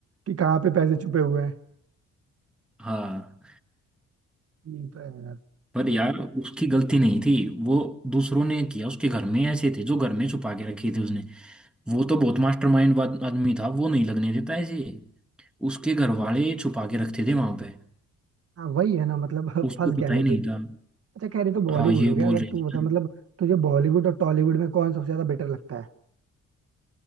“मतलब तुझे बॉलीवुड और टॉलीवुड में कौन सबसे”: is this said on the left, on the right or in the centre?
Right